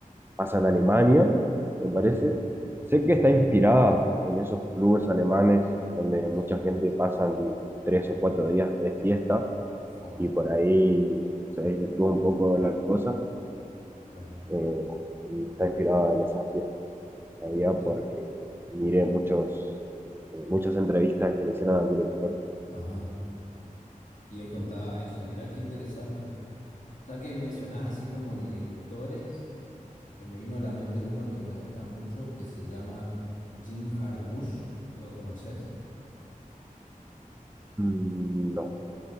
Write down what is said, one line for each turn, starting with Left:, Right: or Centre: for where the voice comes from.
Right: pasa en Alemania, me parece.
Left: Ujú,
Right: Sé que está inspirada en esos clubes alemanes donde mucha
Left: Sí.
Right: gente pasa tres o cuatro días de fiesta
Left: Fue,
Right: y por ahí se desvirtúa un poco la cosa
Left: claro.
Right: eh, y está inspirada en esas fiestas. Sabía
Left: De-
Right: porque miré muchos, eh, muchas entrevistas que le hicieron al director
Left: Ajá. Y él contaba eso. Mirá, qué interesante. Ya que mencionás así como directores, me, me vino a la mente uno que me gusta mucho que se llama Jim Jarmusch. ¿Lo conoces?
Right: Mm, No,